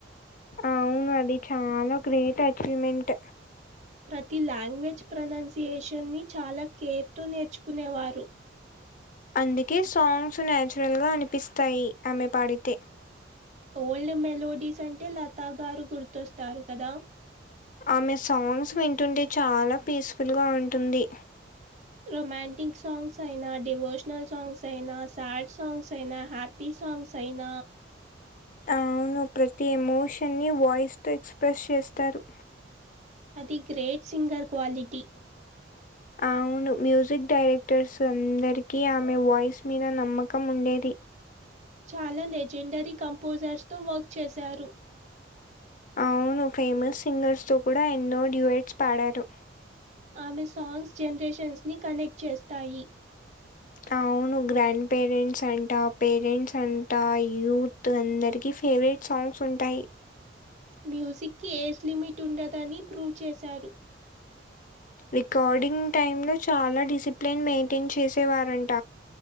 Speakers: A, on the left; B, on the right.
A: అవును అది చాలా గ్రేట్ అచీవ్మెంట్
B: ప్రతి లాంగ్వేజ్ ప్రనౌన్సియేషన్ని ని చాలా కేర్ తో నేర్చుకునేవారు.
A: అందుకే సాంగ్స్ నాచురల్ గా అనిపిస్తాయి. ఆమె పాడితే
B: ఓల్డ్ మెలోడీస్ అంటే లతగారు గుర్తొస్తారు కదా
A: ఆమె సాంగ్స్ వింటుంటే చాలా పీస్ఫుల్ గా ఉంటుంది.
B: రొమాంటిక్ సాంగ్స్ అయిన డివోషనల్ సాంగ్స్ అయిన సాడ్ సాంగ్స్ అయిన హ్యాపీ సాంగ్స్ అయిన
A: అవును ప్రతి ఎమోషన్ని ని వాయిస్ తో ఎక్స్ప్రెస్ చేస్తారు.
B: అది గ్రేట్ సింగర్ క్వాలిటీ
A: అవును మ్యూజిక్ డైరెక్టర్స్ అందరికి ఆమె వాయిస్ మీద నమ్మకం ఉండేది.
B: చాలా లెజెండరీ కంపోజర్స్ తో వర్క్ చేశారు.
A: అవును ఫేమస్ సింగర్స్ తో కూడా ఎన్నో డ్యూయేట్స్ పాడారు.
B: ఆమె సాంగ్స్ జనరేషన్స్ ని కనెక్ట్ చేస్తాయి.
A: అవును గ్రాండ్ పేరెంట్స్ అంట పేరెంట్స్ అంట యూత్ అందరికి హేవెట్ సాంగ్స్ ఉంటాయి.
B: మ్యూజిక్కి ఏజ్ లిమిట్ ఉండదని ప్రూ చేశారు.
A: రికార్డింగ్ టైమ్ ను చాలా డిసిప్లేన్ మెయింటెన్ చేసేవారంట